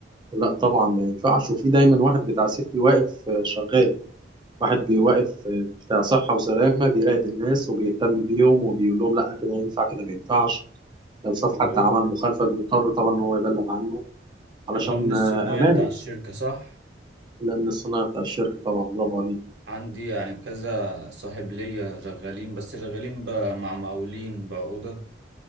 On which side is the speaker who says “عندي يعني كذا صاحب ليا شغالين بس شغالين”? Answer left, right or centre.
Right